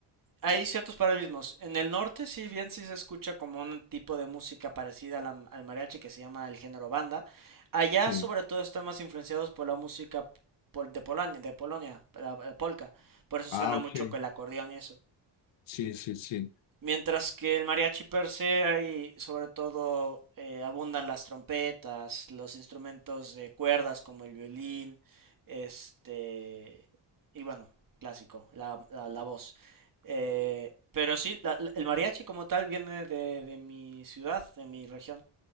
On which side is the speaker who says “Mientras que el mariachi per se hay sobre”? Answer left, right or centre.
Right